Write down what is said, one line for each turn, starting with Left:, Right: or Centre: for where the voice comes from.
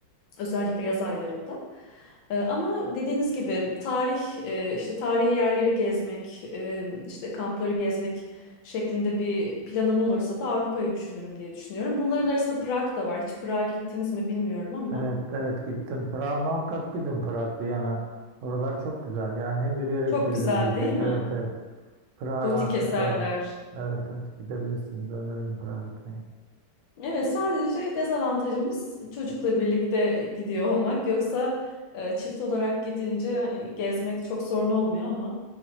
Left: Özellikle yaz aylarında. Ee, ama dediğiniz gibi tarih, e, işte tarihi yerleri gezmek, e, işte kampları gezmek şeklinde bir planım olursa da Avrupa'yı düşünürüm diye düşünüyorum. Bunların arasında Prag da var. Hiç Prag'a gittiniz mi bilmiyorum ama
Right: Evet, evet gittim. Prag'a muhakkak gidin Prag, Viyana. Oralar çok güzel. Yani hem yürüyerek
Left: çok
Right: gezilebilecek.
Left: güzel değil mi?
Right: Evet, evet. Prag'a
Left: Gotik
Right: rahatlıkla.
Left: eserler.
Right: Evet, evet gidebilirsiniz. Öneririm Prag'a gitmeyi.
Left: Evet, sadece dezavantajımız çocukla birlikte gidiyor olmak. Yoksa e, çift olarak gidince hani gezmek çok sorun olmuyor ama.